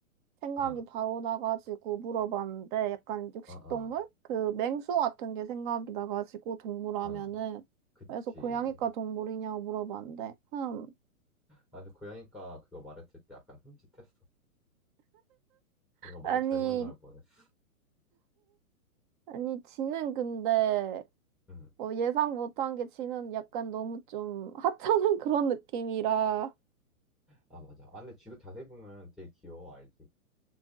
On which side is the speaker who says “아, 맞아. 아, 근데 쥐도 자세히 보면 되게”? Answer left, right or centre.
Centre